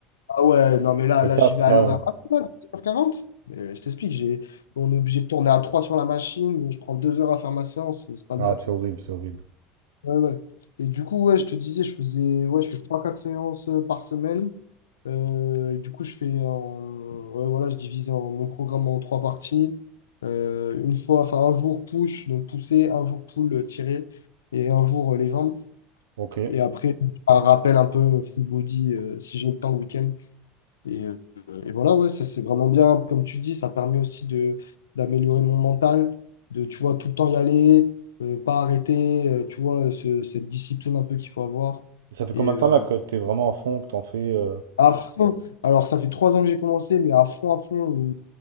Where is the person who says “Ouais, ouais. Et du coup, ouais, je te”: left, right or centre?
Left